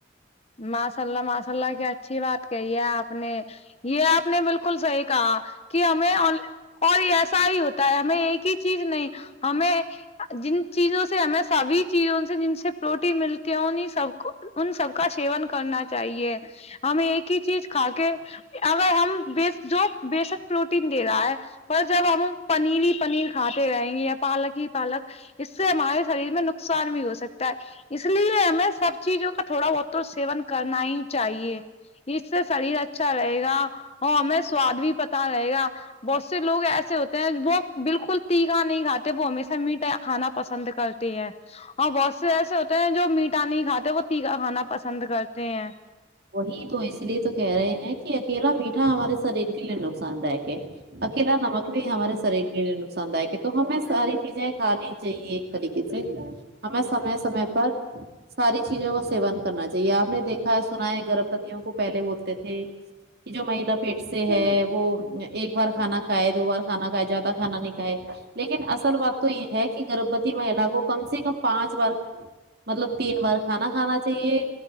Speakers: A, on the left (about 30°); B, on the right (about 55°).
A: ماشاء اللہ ماشاء اللہ کیا اچھی بات کہی ہے آپ نے یہ آپ نے بالکل صحیح کہا کہ ہمیں اور ایسا ہی ہوتا ہے ہمیں ایک ہی چیز نہیں ہمیں جن چیزوں سے ہمیں سبھی چیزوں سے جن سے پروٹین ملتی ہے انہی سب کو ان سب کا سیون کرنا چاہیے ہمیں ایک ہی چیز کھا کے اگر ہم جو بسک پروٹین دے رہا ہے پر جب ہم پنیر ہی پنیر کھاتے رہیں گے یا پالک ہی پالک اس سے ہمارے شریر میں نقصان بھی ہو سکتا ہے اس لیے ہمیں سب چیزوں کا تھوڑا بہت تو سیون کرنا ہی چاہیے اس سے شریر اچھا رہے گا اور ہمیں سواد بھی پتا رہے گا بہت سے لوگ ایسے ہوتے ہیں وہ بالکل تیکھا نہیں کاتے وہ ہمیشہ میٹھا یا کھانا پسند کر کی ہے اور بہت سے ایسے ہوتے ہیں جو میٹا نہیں کھاتے وہ تھیکا کھانا پسند کرتے ہیں
B: وہی تو اس لیے تو کہہ رہے ہیں کہ اکیلا میٹھا ہمارے شریر کے لیے نقصان دائک ہے اکیلا نمک بھی ہمارے شریر کے لیے نقصان دائک ہے تو ہمیں ساری چیزیں کھا لی چاہیے ایک طریقے سے ہمیں سمے سمے پر ساری چیزوں کا سیون کرنا چاہیے آپ نے دیکھا سنا ہے گربواتیوں کو پہلے بولتے تھے کہ جو مہیلا پیٹ سے ہے وہ ایک بار کھانا کھائے دو بار کھانا کھائے زیادہ کھانا نہیں کھائے لیکن اصل بات تو یہ ہے کہ گربوتی مہیلا کو کم سے کم پانچ بار مطلب تین بار کھانا کھانا چاہیے